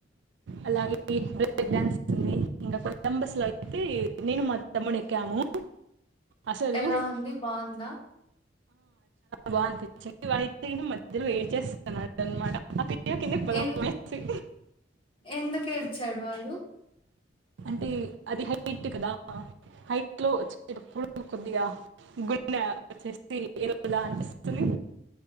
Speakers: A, on the right; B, on the left.
A: అలాగే బేేక్ డన్స్ంది ఇంకా కొత్తం లో అతే నేను మత్తము ము అసలు
B: ఎలా ఉంది బాగుందా
A: బా అనిపించింది వాళ్ళైతే మధ్యలో ఏం చేస్తున్నాడు అనమాట అక్కడ కింద పొలం
B: ఎన్
A: వేసి
B: ఎందుకేడ్చాడు వాడు
A: అంటే అది హైట్ కదా హైట్ లో వచ్చేటప్పుడు కొద్దిగా గుండె వచ్చేసి ఎరువులా అనిపి చలి